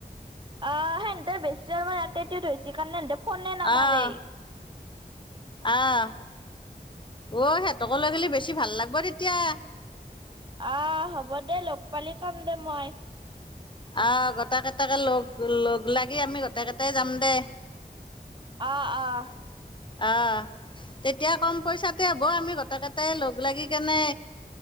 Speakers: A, on the right; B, on the left.
A: অ সেহনেৰ বেছি আৰু মই ইয়াতেতিয়া ধৰিছ কাৰণে ফনে নামাৰেই
B: আহ আহ অ সিহঁতকলৈ গ'লে বেছি ভাল লাগিব তেতিয়া
A: আহ হ'ব দে লগ পালি কম দে মই
B: আহ গোটেই কেইটাকে লগ লগ লাগি আমি গোটেই কেইটাই যাম দেই
A: অঁ অঁ
B: আহ তেতিয়া কম পইচাতে হ'ব আমি গোটে কেইটাই লগ লাগি কেনে